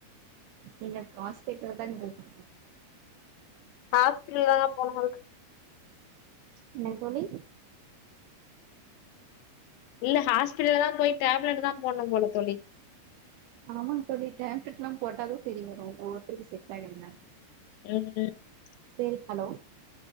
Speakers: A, on the right; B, on the left.
A: நீங்க காஸ்பிடல் தா <unintelligible> <inaudible>
B: ஹாஸ்பிட்டல் தாங்க போனு அதுக்கு
A: இன்னாங் தோழி
B: இல்ல ஹாஸ்டல்ல தா போய் டேப்லெட் தா போட்ணு போல தோழி
A: ஆமாங் தோழி டேப்லெட்லா போட்டா தா செரி வரு‌ <unintelligible> செட்டாய்டு <unintelligible>
B: <unintelligible>
A: செரி ஹலோ